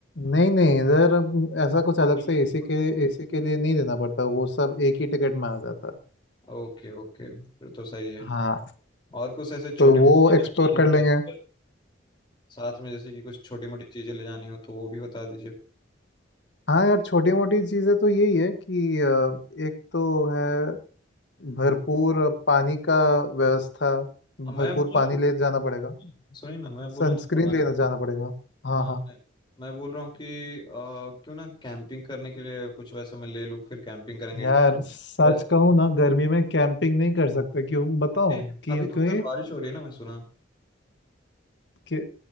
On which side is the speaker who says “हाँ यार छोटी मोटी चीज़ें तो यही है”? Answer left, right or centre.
Left